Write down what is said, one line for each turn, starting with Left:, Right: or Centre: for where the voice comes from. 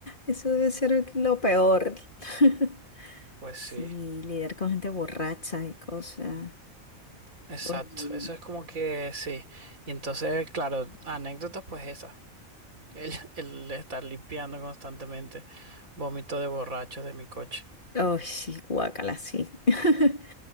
Left: Eso debe ser lo peor. <laughs>
Right: pues
Left: Sí,
Right: sí,
Left: lidiar con gente borracha y cosas.
Right: exacto,
Left: Oye.
Right: eso es como que sí. Y entonces, claro, anécdotas pues esas. El, <laughs> el estar limpiando constantemente vómito de borrachos de mi coche.
Left: Oh, sí, guácala, sí. <laughs>